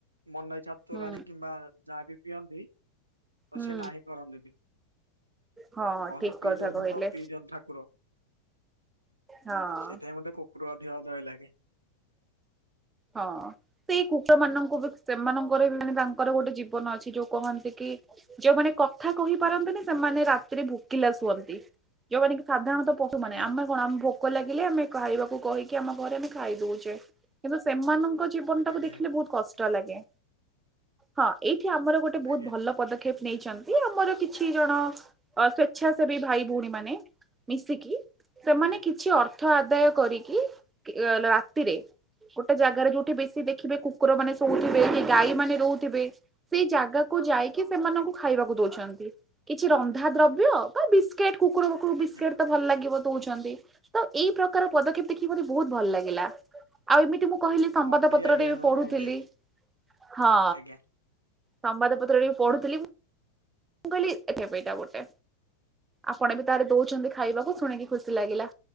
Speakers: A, on the right; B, on the right.
A: ମନ ଇଚ୍ଛା ତୋରାଣି
B: ହୁଁ
A: କି ବା ଯାହା ବି ପିଅନ୍ତି ତ
B: ହୁଁ
A: ସେ ନାହିଁ କରନ୍ତିନି।
B: ହଁ
A: କହନ୍ତି
B: ଠିକ
A: ପିଇ
B: କଥା
A: ଦିଅନ୍ତିତ
B: କହିଲେ
A: ପିଇଦିଅନ୍ ଠାକୁର।
B: ହଁ
A: ସେଇଥିପାଇଁ ମତେ କୁକୁର ଅଧିକ ଦୟା ଲାଗେ।
B: ହଁ। ସେଇ କୁର ମାନଙ୍କୁ ବି ସେମାନଙ୍କର ବି ମାନେ ତାଙ୍କର ଗୋଟେ ଜୀବନ ଅଛି ଯୋଉ କହନ୍ତି କି ଯୋଉମାନେ କଥା କହିପାରନ୍ତିନି ସେମାନେ ରାତିରେ ଭୋକିଲା ଶୁଅନ୍ତି ଯୋଉମାନେ କି ସାଧାରଣତଃ ପ ମାନେ
A: ଆଜ୍ଞା
B: ଆମେ କଣ ଆମ ଭୋକ ଲାଗିଲେ ଆମେ ଖାଇବାକୁ କହିକି ଆମ ଘରେ ଆମେ ଖାଇ ଦଉଛେ କିନ୍ତୁ ସେମାନଙ୍କ ଜୀବନ ଟାକୁ
A: ଆଜ୍ଞା
B: ଦେଖିଲେ ବହୁତ କଷ୍ଟ- ଷ୍ଟ ଲାଗେ ହଁ ଏଇଠି ଆମର ଗୋଟେ ବହୁତ
A: ଆଜ୍ଞା
B: ଭଲ ପଦକ୍ଷେପ- ନେଇଛନ୍ତି ଆମର କିଛି ଜଣ ଅ ସ୍ଵେଚ୍ଛାସେବୀ ଭାଇ ଭଉଣୀ ମାନେ ମିଶିକି। ସେମାନେ
A: ଆଜ୍ଞା
B: କିଛି ଅର୍ଥ ଆଦାୟ କରିକି କି ରାତିରେ। ଗୋଟେ ଜାଗାରେ ଯୋଉଠି ବେଶି ଦେଖିବେ କୁକୁର ମାନେ ଶୋଉଥିବେ କି ଗାଈ ମାନେ ରହୁଥିବେ। ସେଇ ଜାଗାକୁ ଯାଇକି ସେମାନଙ୍କୁ ଖାଇବାକୁ ଦଉଛନ୍ତି। କିଛି ରନ୍ଧା ଦ୍ରବ୍ୟ ବା ବିସ୍କେଟ କୁକୁର କୁ ବିସ୍କେଟ
A: ଆଜ୍ଞା
B: ତ ଭଲ ଲାଗିବ ଦୋଉଚନ୍ତି। ତ ଏଇ ପ୍ରକାର ପଦକ୍ଷେପ ଦେଖିକି ମତେ ବହୁତ୍ ଭଲ ଲାଗିଲା। ଆଉ ଏମିତି ମୁଁ କହିଲି ସମ୍ବାଦ
A: ମତେ
B: ପତ୍ରରେ
A: ବି ଆଜ୍ଞା
B: ପଢୁଥିଲି
A: ଭଲ ଲାଗିଲା
B: ହଁ।
A: ଆଜ୍ଞା
B: ସମ୍ବାଦ ପତ୍ରରେ ପଢ଼ୁଥିଲିମ୍। ମୁଁ କହିଲି ଏଇଟା ବେଇଟା ଗୋଟେ ଆପଣ ବି ତାହେଲେ ଦୋଉଚନ୍ତି ଖାଇବାକୁ ଶୁଣିକି। ଖୁସି ଲାଗିଲା